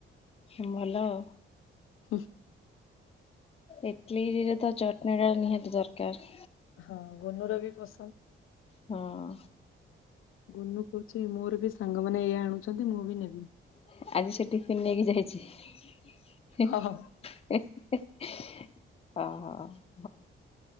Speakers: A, on the left; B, on the left.
A: ଭଲ ଆଉ।
B: ହୁଁ।
A: ଇଟଲି ରେ ତ ଚଟଣୀଟା ନିହାତି ଦରକାର।
B: ହଁ ଗୁନୁର ବି ପସନ୍ଦ।
A: ହଁ।
B: ଗୁନୁ କହୁଛି ମୋର ବି ସାଙ୍ଗମାନେ ଏଇଆ ଆଣୁଛନ୍ତି ମୁଁ ବି ନେବି।
A: ଆଜି ସେ ଟିଫିନ ନେଇକି ଯାଇଛି।
B: ହଁ ହଁ
A: ଇ ଇ ହଁ ହଁ।